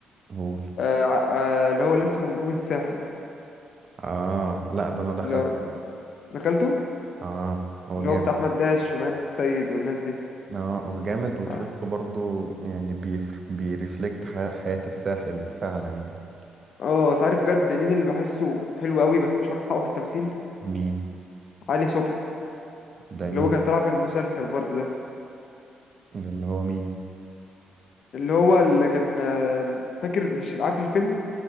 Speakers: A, on the right; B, on the left.
A: قول
B: آه ع- آه اللي هو اللي اسمه نجوم الساحل
A: آه لا ده أنا دخلت
B: اللي دخلته
A: آه هو
B: اللي
A: جامد
B: هو بتاع احمد داش ومان السيد والناس دي
A: آه هو جامد وتحسه
B: اه
A: برضه يعني بيفر... بيرفلكت ح... حياة الساحل فعلا يعني
B: آه، بس عارف بجد مين اللي بحسه حلو قوي بس مش واخد حقه في التمثيل
A: مين
B: علي صبحي
A: ده
B: اللي
A: مين
B: هو كان طالع في المسلسل برضو ده
A: اللي هو مين
B: اللي هو اللي كان آه، فاكر مش عارف الفيلم